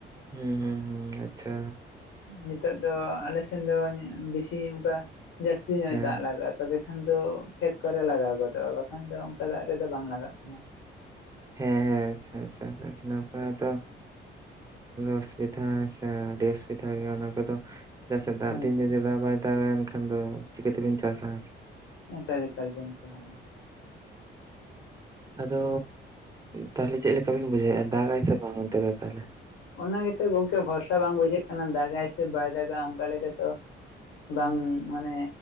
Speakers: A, on the right; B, on the left.
A: ᱦᱩᱸ ᱦᱩᱸ ᱦᱩᱸ ᱟᱪᱪᱷᱟ
B: ᱱᱤᱛᱳᱜ ᱫᱚ ᱟᱞᱮ ᱥᱮᱱ ᱫᱚ ᱮ ᱵᱮᱥᱤ ᱚᱝᱠᱟ ᱡᱟᱹᱥᱛᱤ ᱧᱚᱜ
A: ᱦᱮᱸ ᱦᱮᱸ
B: ᱫᱟᱜ ᱞᱟᱜᱟᱜᱼᱟ ᱾ ᱛᱚᱵᱮ ᱠᱷᱟᱱ ᱫᱚ ᱠᱷᱮᱛ ᱠᱚᱨᱮ ᱞᱟᱜᱟᱣ ᱜᱚᱫᱚᱜᱼᱟ ᱵᱟᱠᱷᱟᱱ ᱫᱚ ᱚᱱᱠᱟ ᱫᱟᱜ ᱨᱮᱫᱚ ᱵᱟᱝ ᱞᱟᱜᱟᱜ ᱠᱟᱱᱟ᱾
A: ᱦᱮᱸ ᱦᱮᱸ ᱟᱪᱪᱷᱟ ᱟᱪᱪᱷᱟ, ᱟᱹᱰᱤ ᱱᱟᱯᱟᱭ ᱛᱚ ᱚᱥᱩᱵᱤᱫᱷᱟ ᱦᱮᱸ ᱥᱮ ᱟᱹᱰᱤ ᱟᱥᱠᱮᱛ ᱦᱩᱭᱩᱜ ᱜᱮᱭᱟ ᱚᱱᱟ ᱠᱚᱫᱚ ᱪᱮᱫᱟᱜ ᱥᱮ ᱫᱟᱜ
B: ᱦᱳᱭ
A: ᱫᱤᱱ
B: ᱦᱳᱭ
A: ᱡᱩᱫᱤ ᱫᱟᱜ ᱵᱟᱭ ᱫᱟᱜᱟ ᱮᱱᱠᱷᱟᱱ ᱮᱠᱷᱟᱱ ᱫᱚ ᱪᱤᱠᱟᱹ ᱛᱮᱵᱮᱱ ᱪᱟᱥᱟ?
B: ᱮᱠᱟᱞ ᱮᱠᱟᱞ ᱜᱚᱢᱠᱮ ᱦᱳᱭ᱾
A: ᱟᱫᱚᱻ ᱛᱟᱦᱚᱞᱮ ᱪᱮᱫ ᱞᱮᱠᱟᱵᱤᱱ ᱵᱩᱡᱷᱟᱹᱣᱮᱫᱼᱟ ᱫᱟᱜᱟᱭ ᱥᱮ ᱵᱟᱝ ᱚᱱᱛᱮ ᱫᱚ ᱛᱟᱦᱚᱞᱮ?
B: ᱚᱱᱟ ᱜᱮᱛᱚ ᱜᱚᱝᱠᱮ ᱵᱷᱚᱨᱥᱟ ᱵᱟᱝ ᱵᱩᱡᱷᱟᱹᱜ ᱠᱟᱱᱟ ᱫᱟᱜᱟᱭ ᱥᱮ ᱵᱟᱭ ᱫᱟᱜᱟ ᱚᱱᱠᱟ ᱞᱮᱠᱟᱛᱚ ᱵᱟᱝ ᱢᱟᱱᱮ